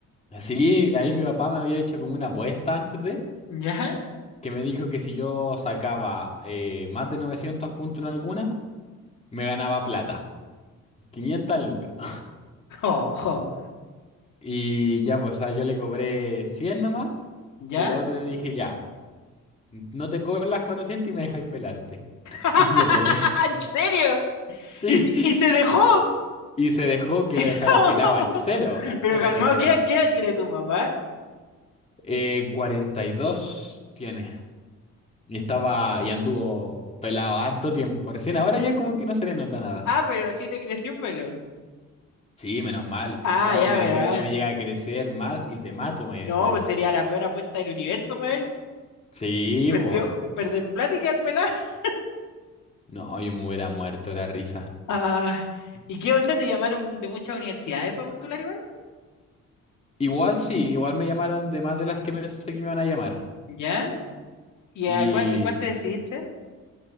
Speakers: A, on the left (about 20°); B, on the left (about 75°).
A: Así, ahí mi papá me había hecho como una apuesta antes de,
B: ¿Ya?
A: que me dijo que si yo sacaba eh, más de 900 puntos en alguna, me ganaba plata, 500 lucas. <laughs>
B: Ojo,
A: Y ya, pues, o sea, yo le cobré 100 nomás,
B: ¿ya?
A: y la otra le dije ya. No te cobro las 400 y me dejáis pelarte.
B: <laughs>
A: <laughs> Y lo pelé. <laughs>
B: ¿En serio?
A: Sí.
B: ¿Y, se- y se dejó?
A: Y se dejó que
B: <laughs>
A: lo dejara pelado al cero, al
B: Pero
A: cero,
B: calmado,
A: cero, cero.
B: ¿qué, qué edad tiene tu papá?
A: Eh, cuarenta y dos tiene. Y estaba, y anduvo pelado harto tiempo. Recién ahora ya como que no se le nota nada.
B: Ah, pero sí le creció pelo.
A: Sí, menos mal.
B: Ah,
A: No,
B: ya,
A: él me
B: pero.
A: decía,
B: ah,
A: no me llega a crecer más
B: n-
A: y te mato, me
B: No,
A: decía.
B: pues sería la peor apuesta del universo para él.
A: Sí,
B: Perdió,
A: po.
B: perder plata y quedar pelado. <laughs>
A: No, yo me hubiera muerto de la risa.
B: Ah, ¿y qué onda? ¿Te llamaron de muchas universidades para postular igual?
A: Igual sí, igual me llamaron de más de las que pensé que me iban a llamar.
B: ¿Ya? ¿Y
A: Y
B: a cuál, y cuál te decidiste?